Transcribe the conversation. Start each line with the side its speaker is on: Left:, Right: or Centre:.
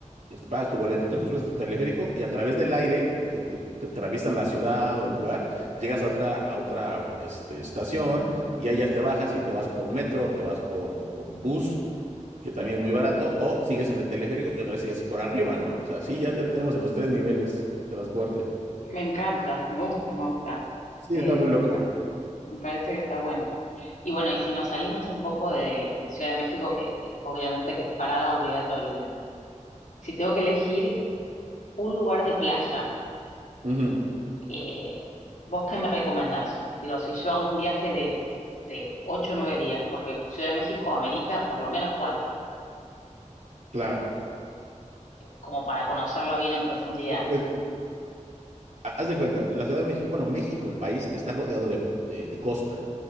Right: este, pagas tu boletito, te subes a tu teleférico y a través del aire te, te- te atraviesan la ciudad o el lugar, llegas a otra, a otra este, estación y ahí ya te bajas y te vas por metro o te vas por, por bus que también es muy barato, o sigues en el teleférico y otra vez sigues por arriba, ¿no? O sea, sí, ya, ya tenemos en los tres niveles transporte.
Left: Me encanta, me gusta, me gusta.
Right: Sí,
Left: Eh,
Right: está muy loco.
Left: me, pa- me parece que está bueno. Y bueno, y si nos salimos un poco de, de Ciudad de México, que que obviamente que es parada obligatoria, si tengo que elegir un lugar de playa,
Right: Ujú,
Left: eh, ¿vos qué me recomendás? Digo, si yo hago un viaje de, de 8 o 9 días, porque Ciudad de México amerita por lo menos 4,
Right: Claro.
Left: como para conocerla bien en profundidad.
Right: Es- ha- haz de cuenta, la Ciudad de México, bueno, México, el país, está rodeado de, de- de costa.